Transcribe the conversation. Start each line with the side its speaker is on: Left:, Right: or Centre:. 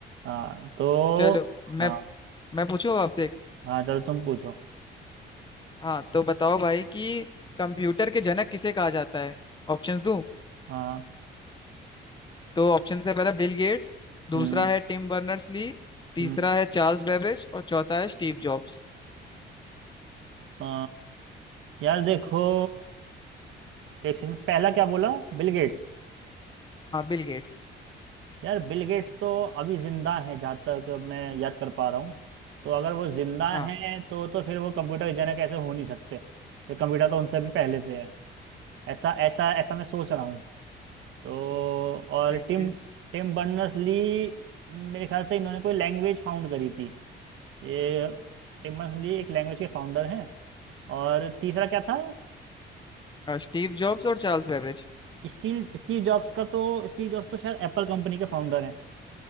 Right: हाँ तो
Left: चलो मैं
Right: हाँ
Left: मैं पूछूं आपसे एक?
Right: हाँ चलो तुम पूछो
Left: हाँ तो बताओ भाई कि कंप्यूटर के जनक किसे कहा जाता है ऑप्शन दूं
Right: हाँ
Left: तो ऑप्शन से पहला बिल गेट्स दूसरा
Right: हम्म
Left: है टिम बर्नर्स ली तीसरा
Right: हम्म
Left: है चार्ल्स बेबेज और चौथा है स्टीव जॉब्स
Right: आ, यार देखो एक सेकंड पहला क्या बोला Bill Gates
Left: हाँ बिल गेट्स
Right: यार बिल गेट्स तो अभी जिंदा हैं जहाँ तक मैं याद कर पा रहा हूँ तो अगर वो जिंदा
Left: हाँ
Right: हैं तो तो फिर वो कंप्यूटर जनक ऐसे हो नहीं सकते फिर कंप्यूटर तो उनसे भी पहले से है ऐसा ऐसा ऐसा मैं सोच रहा हूँ तो और
Left: ठीक
Right: टिम
Left: है
Right: टिम बर्नर्स ली मेरे ख्याल से इन्होंने कोई लैंग्वेज फाउंड करी थी ये टिम बर्नर्स ली एक लैंग्वेज के फाउंडर हैं और तीसरा क्या था
Left: हाँ, स्टीव जॉब्स और चार्ल्स बेबेज
Right: स्टीव स्टीव जॉब्स का तो स्टीव जॉब्स तो शायद एप्पल कंपनी के फाउंडर हैं